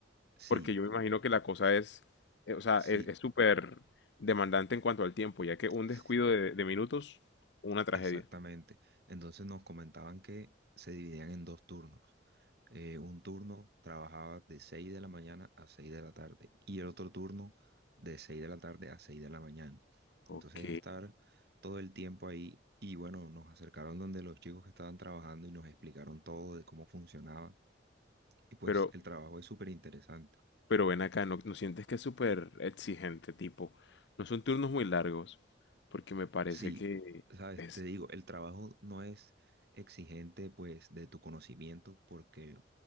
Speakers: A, on the right; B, on the left.
A: Sí,
B: porque yo me imagino que la cosa es, eh, o sea,
A: sí,
B: es es súper demandante en cuanto al tiempo, ya que un
A: sí.
B: descuido de, de minutos, una tragedia.
A: Exactamente. Entonces nos comentaban que se dividían en dos turnos. Eh, un turno trabajaba de 6 de la mañana a 6 de la tarde y el otro turno de 6 de la tarde a 6 de la mañana.
B: Ok,
A: Entonces estar todo el tiempo ahí y bueno, nos acercaron donde los chicos que estaban trabajando y nos explicaron todo de cómo funcionaba y pues
B: pero,
A: el trabajo es súper interesante.
B: pero ven acá, ¿no, no sientes que es súper exigente, tipo? No son turnos muy largos, porque me parece
A: Sí,
B: que...
A: sabes,
B: Es
A: te digo, el trabajo no es exigente pues de tu conocimiento porque